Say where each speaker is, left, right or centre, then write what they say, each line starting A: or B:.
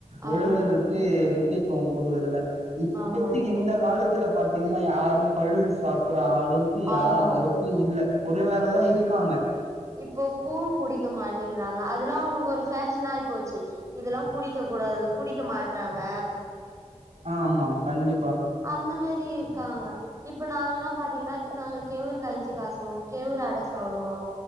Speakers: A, on the right; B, on the right.
A: உழவருக்கு
B: ஆமா
A: முக் கியத்துவோ குடுக்குறதில்ல இப்பத்திக்கி
B: ஆமா ஆமா ஆமா
A: இந்த காலத்துல பாத்தீங்கன்னா யாரு பழுது சாப்பட் ற ஆளுன்ட்டு யாரு
B: ஆமா
A: அந்த அளவுக்கு இல்ல குறைவாக தா இருக்காங்க
B: இப்போ கூழ் குடிக்க மாட்டீங்க றாங்க அ தல்லா அவங்களுக்கு ஒரு ஃபேஷனா ஆயிப் போச்சி. இதெல்லா குடிக்கக் கூடாது குடிக்க மாட்றாங்க
A: ஆ ஆமா கண்டிப்
B: அந்த மாரி இருக்காங்க. இப்ப நாங்கல்லா பாத்தீங்கன்னா கெ நாங்க கெவுரு கஞ்சி காசுவோ கெவுரு அட சாப்டுவோ